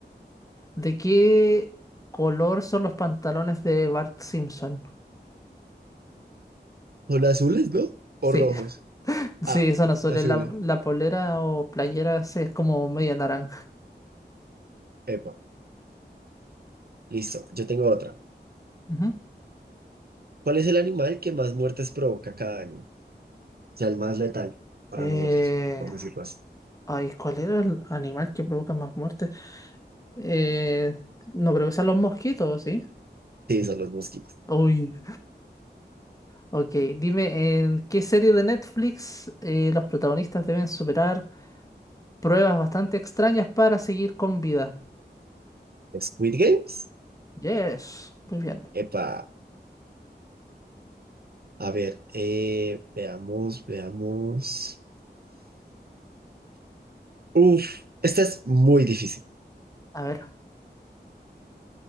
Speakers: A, on the left; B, on the right.
A: de qué color son los pantalones de Bart Simpson.
B: Son azules, ¿no?
A: Sí,
B: ¿O rojos?
A: <laughs> sí,
B: Ah,
A: son azules.
B: azules.
A: La, la polera o playera sí, es como media naranja.
B: Epa, listo. Yo tengo otra.
A: Ujú.
B: ¿Cuál es el animal que más muertes provoca cada año? O sea, el más letal para
A: Eh,
B: nosotros, por decirlo así.
A: ay, ¿cuál era el animal que provoca más muertes? Eh, no creo que sean los mosquitos, ¿sí?
B: Sí, son los mosquitos.
A: Uy, ok. Dime, ¿en qué serie de Netflix eh, los protagonistas deben superar pruebas bastante extrañas para seguir con vida?
B: ¿Squid Games?
A: Yes, muy bien.
B: Epa, a ver, eh, veamos, veamos. Uf, esta es muy difícil.
A: A ver.